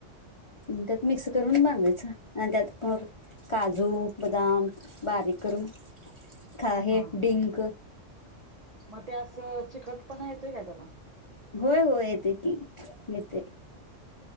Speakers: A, on the left; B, on the right.
A: अन् त्यात मिक्स करून बांधायचं आणि त्यात मग काजू, बदाम, बारीक करून खा हे
B: हा
A: डिंक
B: मग ते असं चिकट पना येतोय काय त्याला?
A: घोय होय येते की येते.